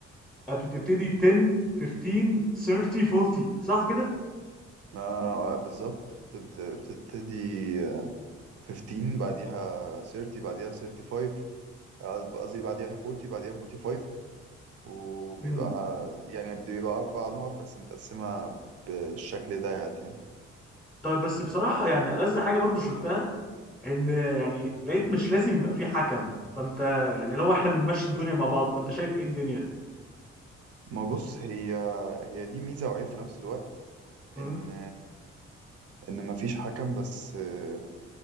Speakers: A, in the centre; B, on the right.
A: بتبتدي 10 15 30 40 صح كده؟
B: ما بالظبط بت- بت- بتبتدي آه، 15 بعديها 30 بعديها 35 آه، قصدي بعديها 40 بعديها 45 وبيبقى
A: امم
B: يعني بيبقى أربع نقط بس متقسمة بالشكل ديت يعني
A: طيب بس بصراحه يعني ألذ حاجه برضو شفتها ان يعني لقيت مش لازم يبقى في حكم فانت يعني لو احنا بنمشي الدنيا مع بعض فانت شايف ايه الدنيا؟
B: ما بص هي هي دي ميزة وعيب في نفس الوقت
A: مم.
B: إن إن مفيش حكم بس آه،